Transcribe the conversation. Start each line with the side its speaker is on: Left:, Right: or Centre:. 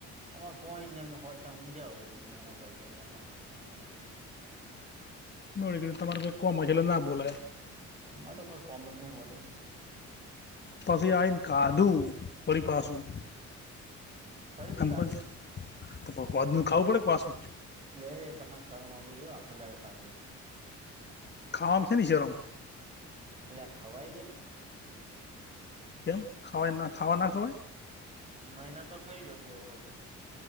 Right: અમા કોઈ ન અમે હોતના ઊંજા હોય એટલે એના કરતા <unintelligible>
Left: મેળી તમારે કોઈ કોમ <unintelligible> હોય એટલે ના બોલા.
Right: અરે તો કોઈ કોમ જ નહી હોય તો.
Left: પછી આઈ કાધું ઓળ પાસું.
Right: ફરીથી
Left: <unintelligible>
Right: ખાધું
Left: નું ખાવું પડે પાછું.
Right: એ તમે શરમ આવવું જોઈએ આખો દિવસ ખાધી.
Left: ખાવામાં શેની શરમ.
Right: એલે ખવાય <unintelligible>
Left: કેમ ખાવા ના ખાવા ના હોય.
Right: મહિના તો ખાઈ રહ્યો બે વખત તો.